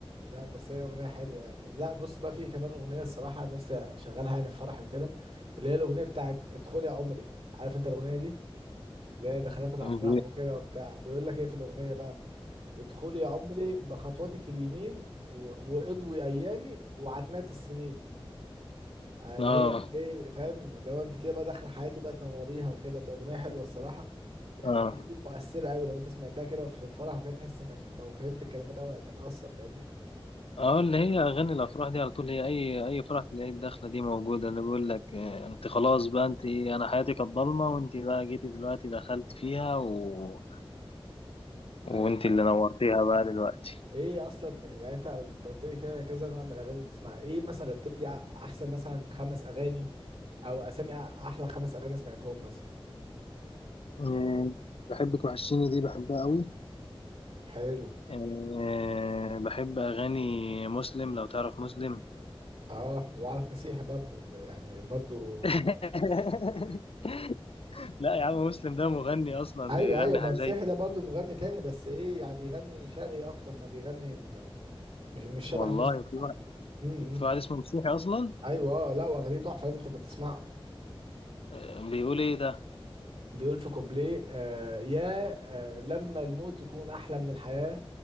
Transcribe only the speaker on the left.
امم
اه
اه
اه اللي هي اغاني الافراح دي على طول هي اي اي فرح تلاقي الدخله دي موجوده اللي بيقول لك آه، انت خلاص بقى انت انا حياتي كانت ضلمه وانت بقى جيتي دلوقتي دخلت فيها و... وانت
اللي نورتيها بقى دلوقتي
آه، بحبك وحشتيني دي بحبها قوي
أه بحب أغاني مسلم لو تعرف مسلم
<laughs> لا يا عم مسلم ده مغني أصلا
بيغني
حزين
والله
في
واحد
في واحد اسمه مسيحي أصلا
آه، بيقول إيه ده